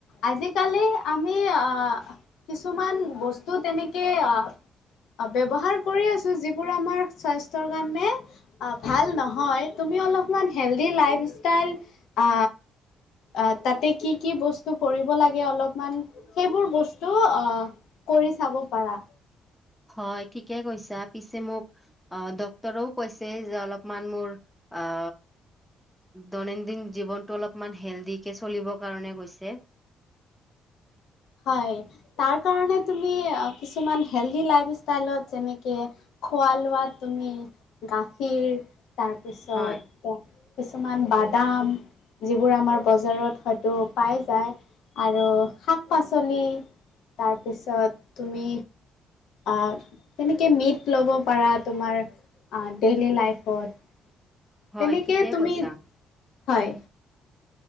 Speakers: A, on the left; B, in the centre.
A: আজিকালি আমি অঁ কিছুমান বস্তু তেনেকে আ অ', ব্যৱহাৰ কৰি আছো যিবোৰ আমাৰ স্বাস্থ্যৰ কাৰণে ভাল নহয় তুমি অলপমান হেলডি লাইফ ইষ্টাইল আ আ, তাতে কি-কি বস্তু কৰিব লাগে অলপমান সেইবোৰ বস্তু আ কৰি চাব পাৰা।
B: হয় ঠিকে কৈছা, পিছে মোক অ', ডক্তৰেও কৈছে যে অলপমান মোৰ আ দৈনন্দিন জীৱনটো অলপমান হেল্ডিকে চলিবৰ কাৰণে কৈছে।
A: হয়। তাৰ কাৰণে তুমি আ কিছুমান হেলডি লাইফ ষ্টাইলত যেনেকে খোৱা-লোৱাত তুমি গাখীৰ, তাৰপিছত
B: হয়,
A: কিছুমান বাদাম, যিবোৰ আমাৰ বজাৰত হয়তো পাই যায়। আৰু শাক পাচলি, তাৰপিছত তুমি আ তেনে কে মিট ল'ব পাৰা তোমাৰ আ, ডেইলী লাইফত।
B: হয়,
A: তেনেকৈ
B: ঠিকে
A: তুমি
B: কৈছা।
A: হয়।